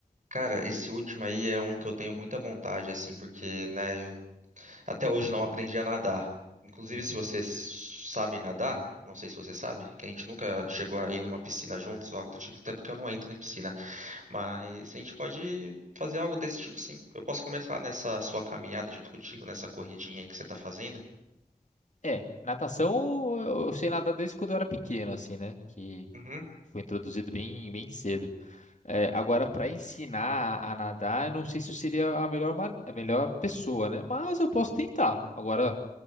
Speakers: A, on the right; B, on the left.
A: cara, esse último aí é um que eu tenho muita vontade, assim, porque, né, eu até hoje não aprendi a nadar. Inclusive,
B: Uhum.
A: se você s- sabe nadar, não sei se você sabe, que a gente nunca chegou a ir numa piscina juntos ou algo do tipo, até porque eu não entro em piscina, mas a gente pode fazer algo desse tipo, sim. Eu posso começar nessa sua caminhada junto contigo, nessa corridinha aí que você tá fazendo.
B: É, natação eu eu sei nadar desde quando eu era pequeno, assim, né? Que
A: Uhum.
B: foi introduzido bem, bem cedo. É, agora, para ensinar a nadar, eu não sei se eu seria a melhor, ma- a melhor pessoa, né? Mas eu posso tentar. Agora,